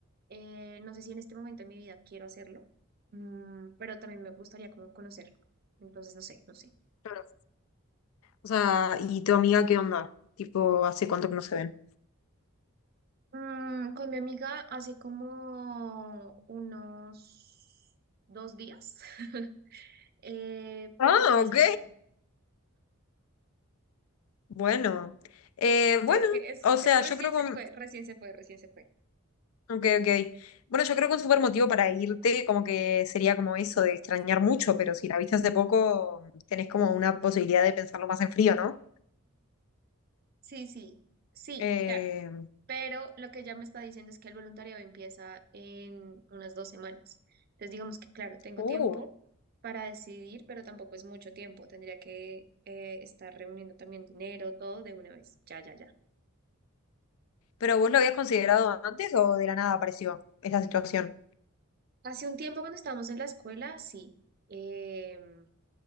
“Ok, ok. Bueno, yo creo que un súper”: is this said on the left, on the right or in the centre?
Left